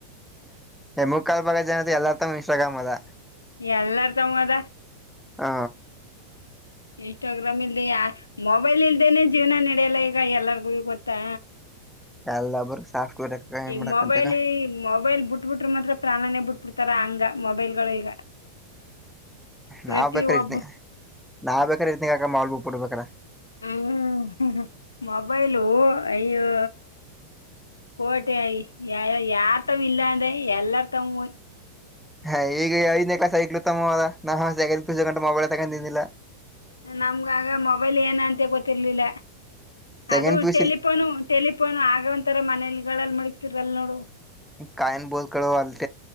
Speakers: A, in the centre; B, on the left.
A: ಹ ಮುಕ್ಕಾಲ್ ಬಾಗ ಜನ ಎಲ್ಲಾರ್ ತ ಇನ್ಸ್ಟಾಗ್ರಾಮ್ ಅದ
B: ಎಲ್ಲಾರ್ ತಂಗ ಅದ
A: ಹ
B: ಇನ್ಸ್ಟ ಗ್ರಾಮ್ ಇಲ್ದೆ ಯಾರ ಮೊಬೈಲ್ ಇಲ್ದೇನೆ ಜೀವನ ನಡೆಯಲ್ಲ ಈಗ ಎಲ್ಲರಿಗೂ ಗೊತ್ತಾ
A: ಎಲ್ಲಬ್ಬರ ಸಾಫ್ಟ್ವೇರ್ ಹೆಂಗ್
B: ಈಗ
A: ಮಾಡಕಂತಗ
B: ಮೊಬೈಲ್ ಮೊಬೈಲ್ ಬಿಟ್ಬಿಟ್ರ ಮಾತ್ರ ಪ್ರಾಣನೇ ಬಿಟ್ಟ ಡ್ತಾರ ಹಂಗ ಮೊಬೈಲ್ಗಳು ಈಗ ಪ್ರತಿ
A: ನಾವ್ ಬೇಕ್ರ ಇರ್ತನ
B: ಒಬ್ಬ
A: ನಾವ್ ಬೇಕ್ರ ಇರ್ತನಗ ಅಕ ಮಾಲ್ಬು ಬಿಡ್ಬೇಕೇಕ್ರ
B: ಹ್ಮ್ ಮೊಬೈಲು ಅಯ್ಯೋ ಕ ಮ ಯ ಯಾರ್ಥಾವ ಇಲ್ಲಾ ಅಂದೆ ಎಲ್ಲಾರ್ಥಮ ಹಯ್
A: ಹಾ ಈಗ ಐದನೇ ಕ್ಲಾಸ್ ಆಗ್ಕ್ಲು ತಮ್ಮ ನಾ ಸೆಕೆಂಡ್ ಪಿಯುಸಿ ಗಂಟ ಮೊಬೈಲ್ ತಗೊಂಡಿದಿಲ್ಲ
B: ನಮ್ಗಗ ಮೊಬೈಲ್ ಏನ ಅಂತ ಗೊತ್ತಿರ್ಲಿಲ್ಲ
A: ಸೆಕೆಂಡ್
B: ಅದು
A: ಪೀಸ್
B: ಟಲಿಫೋನು ಟೆಲಿಫೋನು ಆಗ ಒಂತರ ಮನಲಿಲ್ ಮಡಗ್ತಿರಲ್ ನೋಡು
A: ಕಾಯನ್ ಬೋತ ಗಳು ಕಡೋಲ್ಲ